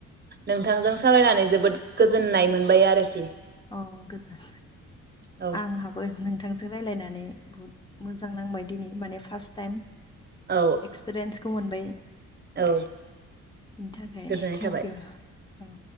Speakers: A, on the right; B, on the left.
A: नोंथांजों सावरायनानै जोबोद गोजोननाय मोनबाय आरोखि।
B: अ' गोजोन
A: औ
B: आंहाबो नों थांजों रायलायनानै बुहुत मोजां नांबाय दिनै माने फार्स्ट टाइम।
A: औ
B: एक्सपिरियेसखौ मोन बै
A: औ
B: बेनि थाखाय
A: गोजोननाय
B: थेंक
A: थाबाय
B: इउ। ओं